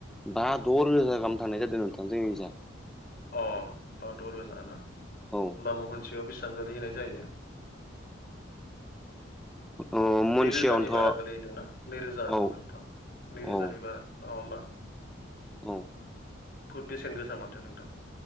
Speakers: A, in the centre; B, on the left.
A: बा द' रोजा गाहाम थांनाय जादों नोंथां जोंनिजाय
B: अ बा द' रोजाना होनबा
A: औ
B: महनसेयाव बेसेबां गोलिहैनाय जायो।
A: औ मनसेयावनोथ'
B: नैरोजानि बारा गोलैहैदोंना नैरोजाफोर
A: औ
B: थांबाय नैरोजानि
A: औ
B: बारा नङा होमबा?
A: औ
B: फुट बेसेन गोसा माथो नोंथां।